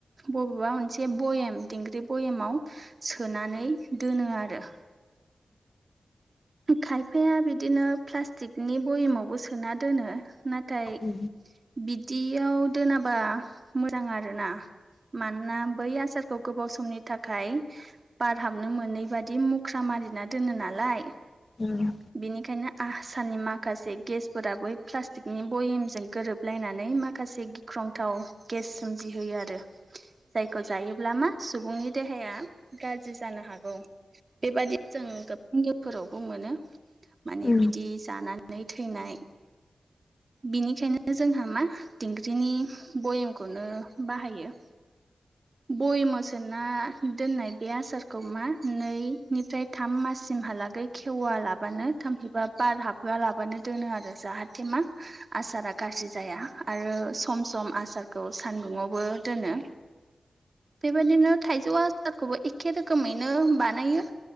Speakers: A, on the right; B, on the left.
A: बबेबा मोनसे भयेम दिंग्रि बयेमाव सोनानै दोनो आरो खायफाया बिदिनो प्लास्टिकनि बयेमावबो सोना दोनो ना? नाथाय
B: उम
A: बिदियाव दोनाबा मोजां आरोना? मानोना बै आसारखौ गोबाव समनि थाखाय बारहाबनो मोनै बादि मुख्रा मारिना दोनो नालाय।
B: उम
A: बिनिखायनो आसारनि माखासे गेसफोर बै प्लास्टिकनि भयेमजों गोरोबलायनानै माख माखासे गिख्रंथाव गेस सोमजिहोयो आरो जायखौ जायोब्ला मा सुबुंनि देहाया गाज्रि जानो हागौ बेबादि जों गोबां निउफोराव बुं मोनो माने
B: उम
A: बिदि जानानै थैनाय। बिनिखायनो जोंहा मा दिंग्रिनि भयेमखौनो बाहायो। बयामाव सोना दोननाय बे आसारखौ मा नै निफ्राय थाम माससिम हालागै खेवा लाबानो थामहैबा बार हाबहोआ लाबानो दोनो आरो जाहाथे थेमा आसारा गाज्रि जाया। आरो सम सम आसारखौ सानदुंङावबो दोनो। बेबायदिनो थाइजौ आसारखौबो एखे रोखोमैनो बानायो।